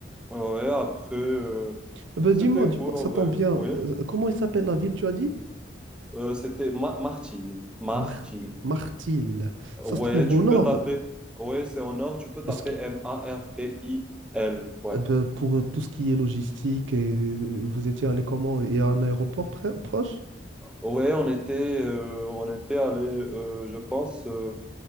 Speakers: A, in the centre; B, on the right.
A: Ouais, après, euh,
B: Ah bah,
A: c'était
B: dis-moi, dis-moi,
A: cool en
B: ça
A: vrai,
B: tombe bien.
A: oui.
B: Euh, comment il s'appelle la ville, tu as dit?
A: Euh, c'était Ma Martil. Martil.
B: Mar- Martil. Ça
A: Ouais,
B: se trouve
A: tu
B: au nord.
A: peux taper. Ouais, c'est en or, tu peux taper
B: Est-ce qu'-
A: M-A-R-T-I-L. Ouais.
B: Euh, ben, pour euh, tout ce qui est logistique, et euh, vous étiez allé comment? Il y a un aéroport près- proche?
A: Ouais, on était, euh, on était allé, euh, je pense, euh,